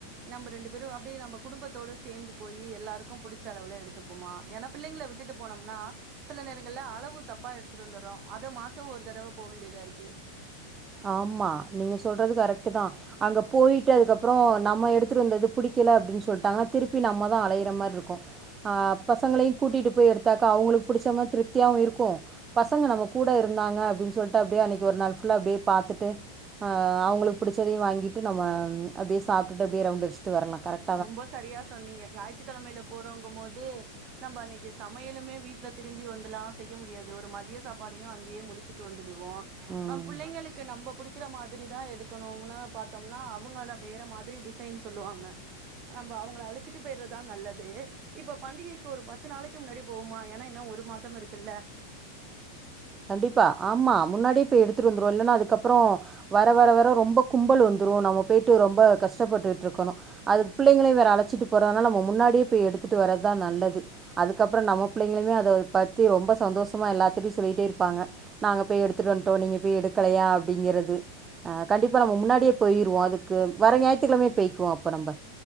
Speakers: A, on the right (about 35°); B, on the right (about 20°).
A: நம்ம ரெண்டு பேரு அப்டியே நம்ப குடும்பத்தோட சேந்து போய் எல்லாருக்கு பிடிச்ச அளவுல எடுத்துப்போமா ஏன்னா பிள்ளைங்கள விட்டுட்டு போனோம்னா சில நேரங்கள்ல அளவு தப்பா எடுத்துட்டு வந்துறோ அத மாத்த ஒரு தடவ போக வேண்டியதா இருக்கு
B: ஆமா நீங்க சொல்றது கரெக்ட் தா அங்க போய்ட்டு அதுக்கப்புறோ நம்ம எடுத்துட்டு வந்தது பிடிக்கல அப்டின்னு சொல்லிட்டாங்க திருப்பி நம்ம தா அலையிற மாதிரி இருக்கு அ பசங்களையு கூட்டிட்டு போய் எடுத்தாக்கா அவுங்களுக்கு பிடிச்ச மாதிரி திருப்தியாவு இருக்கு பசங்க நம்ம கூட இருந்தாங்க அப்டின் சொல்ட்டு அப்டியே அன்னைக்கு ஒரு நாள் ஃபுல்லா அப்டே பாத்துட்டு ஆ அவ்ங்களு புடிச்சதயு வாங்கிட்டு நம்ம அப்டியே சாப்ட்டுட்டு அப்டே ரௌண்ட் அடிச்சுட்டு வர்லா கர கரெக்ட்
A: ரொம்ப சரியா சொன்னீங்க ஞாயித்துக்கெழமைல போறோங்கும் போது நம்ப அன்னைக்கி சமையலுமே வீட்ல திரும்பி வந்துலா செய்ய முடியாது ஒரு மதிய சாப்பாடையு அங்கயே முடிச்சிட்டு வந்துடுவோ
B: ம்
A: அ புள்ளைங்களுக்கு நம்ப புடிக்கிற மாதிரி தா எடுக்கணுனா பாத்தோம்னா அவுங்க அத வேற மாதிரி டிசைன் சொல்லுவாங்க நம்ப அவ்ங்கள அழிச்சிட்டு பேய்றத்தா நல்லது இப்ப பண்டிகைக்கு ஒரு பத்து நாளைக்கு முன்னாடி போவுமா ஏன்னா இன்னு ஒரு மாதம் இருக்குல்ல
B: கண்டிப்பா ஆமா முன்னாடியே இப்ப எடுத்துட் வந்த்ருவோ இல்லன்னா அதுக்கப்பறோ வர வர வர ரொம்ப கும்பல் வந்துரு நம்ம போய்ட்டு ரொம்ப கஷ்டப்பட்டுட்ருக்கணு அது புள்ளைங்களையு வேற அழச்சிட்டு போறனால நம் முன்னாடியே போய் எடு த்துட்டு வர்றத்தா நல்லது அதுக்கப்றொ நம்ம பிள்ளைங்களுமே அதப் பத்தி ரொம்ப சந்தோஸ் மா எல்லாத்திட்டையு சொல்லிட்டே இருப்பாங்க நாங்க போய் எடுத்துட்டு வந்துட்டோ நீங்க போய் எடுக்கலையா அப்டிங்கெறது ஆ கண்டிப்பா நம்ம முன்னாடியே போய்ருவோ அதுக்கு வர ஞாய்த்துக்கெழமயே போய்க்குவோ அப்போ நம்ப